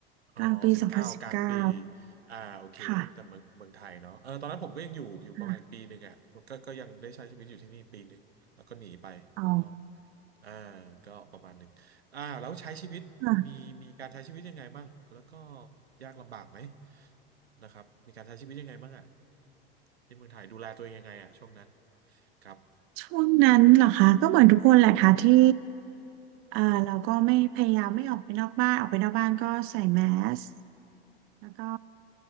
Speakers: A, on the right; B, on the right.
A: อ๋อสิบเก้ากลางปี
B: กลางปีสองพันสิบเก้า
A: อ่าโอเคแต่เมืองเมืองไทยเนาะเออตอนนั้นผมก็ยังอยู่อยู่ประมาณอีกปีหนึ่งอ่ะก็ก็ก็ยังได้ใช้ชีวิตอยู่ที่นี่ปีหนึ่งแล้วก็หนีไปเมืองนอก
B: ค่ะค่ะอ๋อ
A: อ่าก็ประมาณหนึ่งอ่าแล้วใช้ชีวิตมีมีการใช้ชีวิตยังไงบ้างแล้วก็
B: ค่ะ
A: ยากลำบากไหมนะครับมีการใช้ชีวิตยังไงบ้างอ่ะที่เมืองไทยดูแลตัวเองยังไงอ่ะช่วงนั้นครับ
B: ช่วงนั้นเหรอคะก็เหมือนทุกคนแหละค่ะที่เอ่อเราก็ไม่พยายามไม่ออกไปนอกบ้านออกไปนอกบ้านก็ใส่แมสแล้วก็